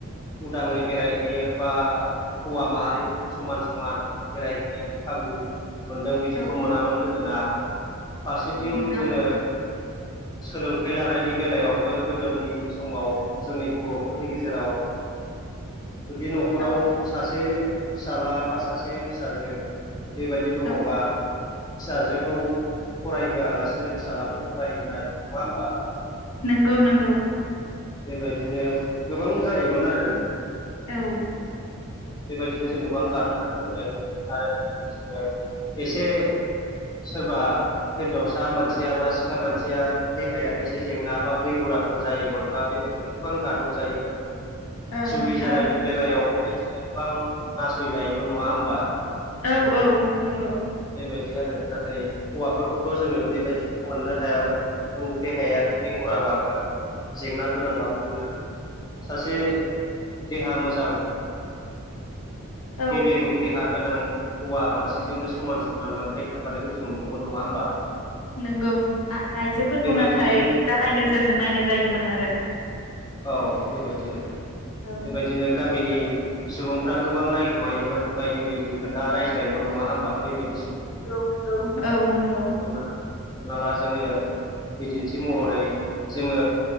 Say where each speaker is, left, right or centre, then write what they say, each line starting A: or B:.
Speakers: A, on the left; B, on the left.
A: उदाङै बेरायहैयो बा हौवा माहारिफोरखौ समान समान बेरायहैनायनि खाब बु मोनदों। बिदिथ'
B: औ
A: मोनामोन गोदोना फारसेथिं
B: मोना
A: जोङो
B: मोना <inaudible>
A: सोलोंथाइ लानायनि बेलायावबो गोदोनि समाव जोंनि बर'फोरनि गेजेराव
B: <inaudible>
A: जुदि न'खराव
B: औ
A: सासे फिसला बा सासे फिसाजो बेबायदि दङबा
B: औ
A: फिसाजोखौ फरायहोआलासिनो फिसाज्लाखौ फरायहोनाय नङा होमबा?
B: नंगौ नंगौ।
A: बेबायदिनो गोबां जायोमोन आरो।
B: औ।
A: बेबायदिनो जों गोबां गादबना दोनजानाय नुदों आरो जोङो एसे सोरबा हिनजावसा मानसिया बा सिख्ला मानसिया देहायारि से जेंना बा बेंगुरा फोर जायोमोनबा बेबायदिनो गोबां गादब जायोमोन।
B: ओं
A: जुलि जानायनि
B: औ
A: बेलायाव बेबायदिनो गोबां नासय जायोमो न नङा होमबा?
B: औ नंगौ
A: बेबायद दि आरो नाथाय हौवाफोरखौथ' जोङो बेबायदि खौ मोननो हायामोन। नों देहायारि बेंहुराबाबो जेंना गोनांबाबो नोङो सासे देहा मोजां
B: औ
A: गेबें देहा गोनां हौवा मानसिजोंनो समान समान मोनथाय थाबानायखौ जों मोनदोंमोन। नङा होमबा?
B: नोंगौ। आइजोफोरखौ
A: बेबायदिनो
B: नाथाय गाहाय नोजोरजों नायनाय जायोमोन आरो।
A: औ बेबायदिनो
B: औ
A: बेबायदिनो गाम मिनि सुबुंफ्रा गोबां रायखुमायोमोन बायदि बायदि खोथा रायज्लायोमोन। नङा होमबा? बेबायदि
B: औ नंगौ औ नंगौ।
A: हमना हमना ला जोङो बिदिन्थि महरै जोङो